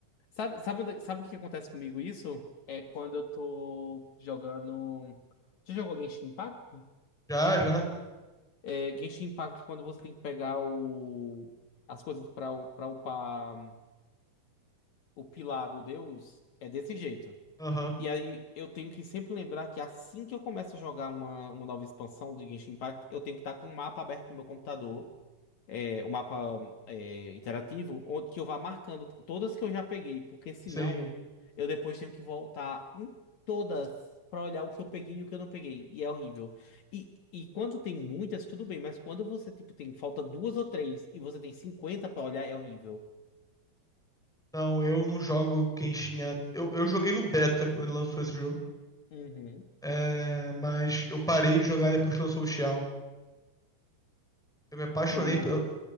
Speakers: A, on the left; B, in the centre.
A: Sabe, sabe, onde- sabe o que acontece comigo isso? É quando eu tô jogando. Você jogou Genshin Impact?
B: Já, já.
A: É, Genshin Impact, quando você tem que pegar o... as coisas pra, u- pra upar o pilar do deus, é desse jeito.
B: Aham,
A: E aí eu tenho que sempre lembrar que assim que eu começo a jogar uma, uma nova expansão de Genshin Impact, eu tenho que estar com o mapa aberto no meu computador é, o mapa é, interativo, onde que eu vá marcando todas que eu já peguei, porque senão
B: sim.
A: eu depois tenho que voltar em todas para olhar o que eu peguei e o que eu não peguei. E é horrível. E, e quando tem muitas, tudo bem, mas quando você tipo tem falta duas ou três e você tem cinquenta para olhar, é horrível.
B: Não, eu não jogo Genshin. há- Eu, eu joguei no beta quando lançou esse jogo.
A: Uhum.
B: É, mas eu parei de jogar depois que lançou o Xiao. Eu me apaixonei
A: Jogou
B: pelo,